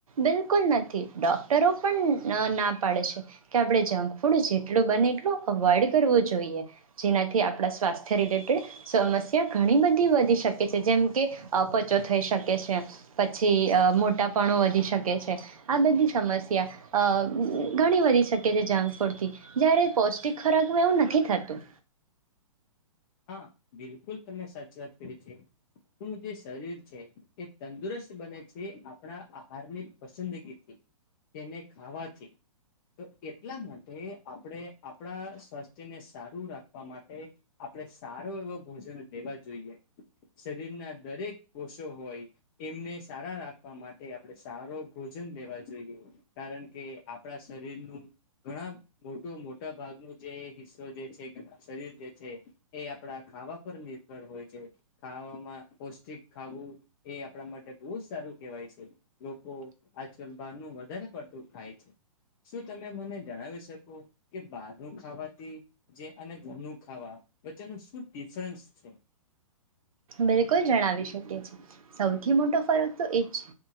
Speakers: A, on the right (about 80°); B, on the left (about 40°).
A: બિલકુલ નથી ડૉક્ટરો પણ ના પાડે છે કે આપણે જંક ફૂડ જેટલું બને એટલું અવોઈડ કરવો જોઈએ. જેનાથી આપણા સ્વાસ્થ્ય રિલેટેડ સમસ્યા ઘણી બધી વધી શકે. છે જેમ કે અપચો થઈ શકે છે. પછી મોટાપણો વધી શકે છે આ બધી સમસ્યા અ ઘણી વધી શકે છે જંક ફૂડથી જ્યારે પૌષ્ટિક ખોરાક એવું નથી થતું.
B: હા બિલકુલ તમે સાચી વાત કરી છે. આપણું જે શરીર છે એ તંદુરસ્ત બને છે આપણા આહારની પસંદગીથી, તેને ખાવાથી. તો એટલા માટે આપણે આપણા સ્વાસ્થ્યને સારું રાખવા માટે આપણે સારો એવો ભોજન લેવા જોઈએ. શરીરના દરેક કોષો હોય એમને સારા રાખવા માટે આપણે સારો ભોજન લેવા જોઈએ, કારણ કે આપણા શરીરનું ઘણા મોટું મોટા ભાગનો જે હિસ્સો જે છે શરીર જે છે એ આપણા ખાવા પર નિર્ભર હોય છે. ખાવામાં પૌષ્ટિક ખાવું એ આપણા માટે બહુ જ સારું કહેવાય છે. લોકો આજકાલ બહારનું વધારે પડતું ખાય છે, શું તમે મને જણાવી શકો કે બહારનું ખાવાથી જે અને ઘરનું ખાવા વચ્ચેનું શું ડિફરન્સ છે?
A: બિલકુલ જણાવી શકીશ. સૌથી મોટો ફરક તો એ જ છે